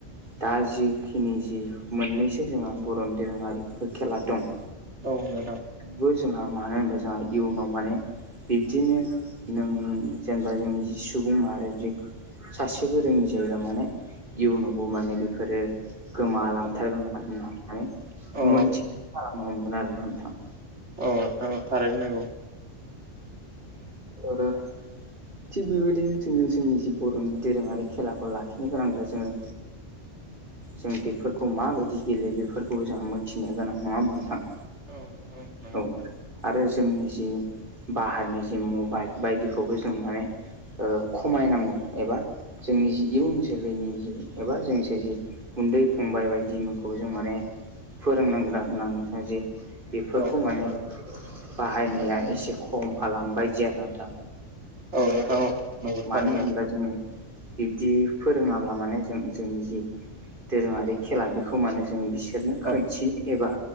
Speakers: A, on the right; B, on the right.
A: दा जिखिनि जि मोननैसो जोंहा बर' दोरोङारिफोर खेला दं
B: औ नोंथां।
A: बो‌ जोंहा मानो होनबा जोंहा इयुनाव माने बिब्दिनो नों जेनेबा जोंनि जि सुबुं माहारि बे सासेबो रोङि जायोब्ला माने इयुनावबो माने बेफोरो गोमालांथारगोन
B: औ
A: आरोना होननानै
B: औ
A: मोनथि खालामालनो हमगोन आरो ना नोंथां
B: अ थारैनो नांगौ
A: औ थिग बेबायदिनो जोङो जोंनि जि बर'नि दोरोङारि खेलाखौ लाखिनो गोनांब्ला जोङो जों बेफोरखौ माबायदि गेलेयो बेफोरखौबो जोंहा मोनथिनो गोनां नङा होमबा नोंथां।
B: औनो औ नंगौ
A: औ
B: थारै
A: आरो जोंनि जि बाहायनाय जि मबाइल बायदिखौबो जों माने खमायनांगौ एबा जोंनि जि इयुन जोलैनि जि एबा जोंनिसे जि गुन्दै फंबाय बायदिखौ जों माने फोरोंनांगोन आरोना नोंथाङा जे
B: औ
A: बे खौ माने बाहायनाया एसे खम खालामबायायदि आरोना दा
B: औ नोंथां औ नंगौ
A: मानि
B: थारैनो नंगौ
A: होमब्ला जोंनि बिब्दि फोरोङाब्ला माने जों जोंनि जि दोरोङारि खेला बेखौ माने जों बिसि बिसोरनो खोनथिनो
B: औ
A: एबा